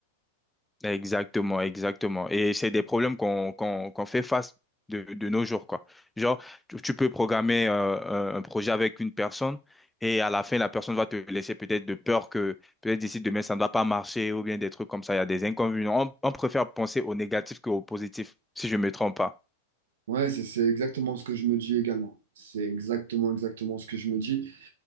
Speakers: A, in the centre; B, on the right.
A: Exactement, exactement. Et c'est des problèmes qu'on qu'on qu'on fait face de, de nos jours, quoi. Genre, tu, tu peux programmer euh, un un projet avec une personne et à la fin, la personne va te laisser peut-être de peur que peut-être d'ici demain, ça ne va pas marcher ou bien des trucs comme ça. Il y a des inconvénients. On, on préfère penser au négatif qu'au positif, si je ne me trompe pas.
B: Ouais, c'est c'est exactement ce que je me dis également. C'est exactement, exactement ce que je me dis.